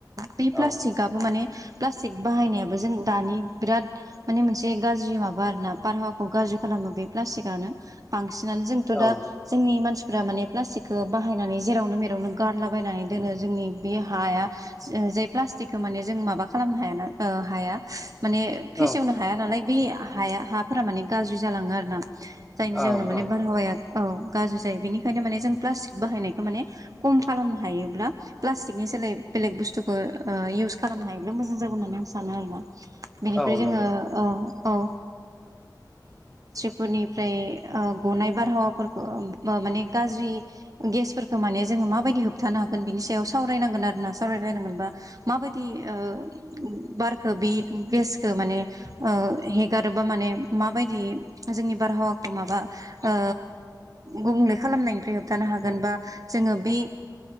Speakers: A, on the right; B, in the centre.
A: बे प्लास्टिक
B: औ
A: गाबो माने प्लास्टिक बाहायनायाबो जों दानि बिराद माने मोनसे गाज्रि माबा आरो ना बारहावाखौ गाज्रि खालामो बे प्लास्टिक नो बांसिनानो जोंथ'
B: औ
A: दा जोंनि मानसिफ्रा माने प्लास्टिकखौ बाहायनानै जेरावनो मेरावनो गारलाबायनानै दोनो जोंनि बे हाया जाय प्लास्टिकखौ माने जों माबा खालामनो हायाना हाया माने फेसेवनो
B: औ
A: हाया नालाय बे हाया हाफोरा माने गाज्रि जालाङो आरो ना जायनि
B: औ
A: जाहोनाव माने
B: औ
A: बारहावाया औ गाज्रि जायो बेनिखायनो माने जों प्लास्टिक बाहायनायखौ माने खम खालामनो हायोब्ला प्लास्टिकनि सोलाय बेलेग बुस्थुखौ इउस खालामनो हायोब्ला मोजां जागोन होननानै आं सानो आरो ना बेनिफ्राय
B: औ
A: जोङो
B: नंगौ
A: औ ओ ओ औम <unintelligible> फोरनिफ्राय ओ गनाय बारहावाफोरखौ माने गाज्रि गेसफोरखौ माने जोङो माबायदि होबथानो हागोन बिनि सायाव सावरायनांगोन आरोना सावरायलायनांगोनबा माबायदि ओ बारखौ बि गेसखौ माने ओ हेगारोब्ला माने माबायदि जोंनि बारहावाखौ माबा ओ गुबुंले खालामनायनिफ्राय होबथानो हागोन बा जोङो बे